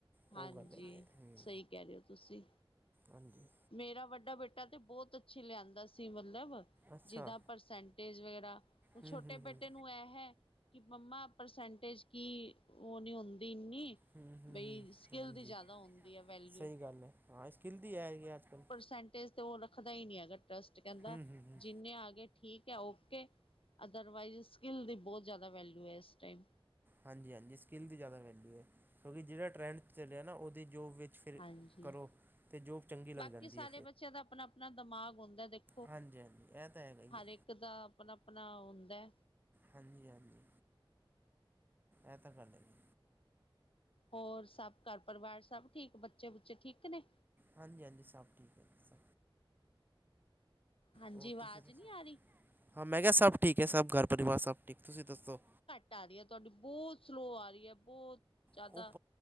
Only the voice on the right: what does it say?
ਉਹ ਗੱਲ ਹੈਗੀ ਹੈ। ਹਮ
ਹਾਂਜੀ।
ਅੱਛਾ
ਹੂੰ
ਹੂੰ ਹੂੰ
ਹਮ-ਹਮ
ਹਾਂਜੀ,
ਸਹੀ ਗੱਲ ਹੈ, ਹਾਂ ਸਕਿੱਲ ਦੀ ਹੈਗੀ ਅੱਜ ਕੱਲ੍ਹ
ਹੂੰ ਹੂੰ ਹੂੰ
ਹਾਂਜੀ-ਹਾਂਜੀ ਸਕਿੱਲ ਦੀ ਜ਼ਿਆਦਾ ਵੈਲਿਊ ਹੈ, ਕਿਉਂਕਿ ਜਿਹੜਾ ਟਰੈਂਡ ਚੱਲਿਆ ਨਾ, ਉਹਦੀ ਜੋਬ ਵਿੱਚ ਫਿਰ
ਕਰੋ ਅਤੇ ਜੋਬ ਚੰਗੀ ਲੱਗ
ਜਾਂਦੀ
ਹੈ
ਹਾਂਜੀ-ਹਾਂਜੀ, ਇਹ ਤਾਂ ਹੈਗਾ ਹੀ
ਹੈ
ਹਾਂਜੀ-ਹਾਂਜੀ। ਐ ਤਾਂ ਗੱਲ ਹੈ ਜ
ਹਾਂਜੀ-ਹਾਂਜੀ ਸਭ ਠੀਕ ਹੈ ਸ
ਉਹ
ਤੁਸੀਂ ਦੱਸੋ
ਹਾਂ ਮੈਂ ਕਿਹਾ ਸਭ ਠੀਕ ਹੈ ਸਭ ਘਰ ਪਰਿਵਾਰ ਸਭ ਠੀਕ, ਤੁਸੀਂ ਦੱਸੋ
ਉਹ